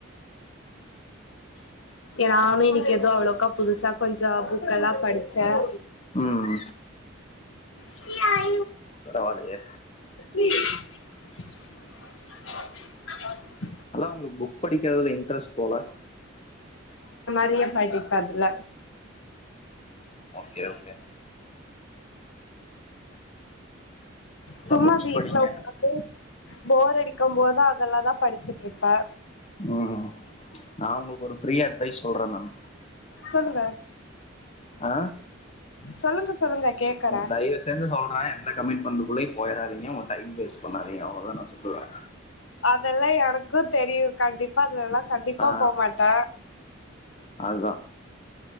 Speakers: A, on the left; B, on the left.
A: நானும் இன்னைக்கு ஏதோ அவ்வளவுக்கா புதுசா கொஞ்சம் புக்க எல்லாம் படிச்சேன்
B: உஹம்
A: சய
B: பரவால்லையே
A: <inaudible> <inaudible>
B: அதான் உங்களுக் புக் புக் படிக்கிறதுல இன்ட்ரெஸ்ட் போல
A: பெரிய படிப்பதுல
B: ஓகே ஓகே நல்லா
A: சும்மா
B: புக்ஸ்
A: வீட்ல
B: படிங்க
A: உக்காந்து போர் அடிக்கும் போத அதெலா தான் படிச்சுட்டு இருப்ப
B: உஹம் நான் உங்களுக்கு ஒரு ஃப்ரீயா அட்வைஸ் சொல்றேன் மெம்
A: சொல்லுங்க
B: ஆஹ்
A: சொல்லுங்க சொல்லுங்க கேக்குறே
B: தயவு செஞ்சு சொல்றேன் எந்த ‌கமிட் மெண்டுக்குள்ள போயறாதீங்க உங்க டைம் வேஸ்ட் பண்ணாதீங்க அவ்வளவுதான் நான் சொல்லுவேன்
A: அதெலாம் எனக்கு தெரியும் கண்டிப்பா அதுல எலாம் கண்டிப்பா
B: ஆ
A: போமாட்ட
B: அதுதா